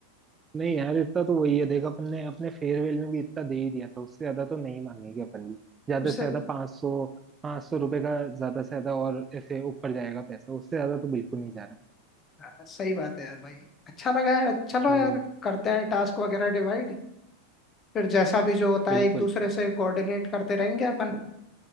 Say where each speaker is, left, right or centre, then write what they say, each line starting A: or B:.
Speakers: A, on the right; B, on the left.
A: नहीं यार इतना तो वही है देख अपन ने अपने फेयरवेल में भी इतना दे ही दिया था उससे ज्यादा तो नहीं मांगेंगे अपन भी ज्यादा
B: उससे
A: से ज्यादा पाँच सौ पाँच सौ रुपये का ज्यादा से ज्यादा और ऐसे ऊपर जाएगा पैसा उससे ज्यादा तो बिल्कुल नहीं जा रहा
B: हाँ, सही बात है यार भाई अच्छा लगा यार चलो
A: है
B: यार
A: वही
B: करते हैं टास्क वगैरह डिवाइड फिर जैसा भी जो होता
A: बिल्कुल
B: है एक दूसरे से कोऑर्डिनेट करते रहेंगे अपन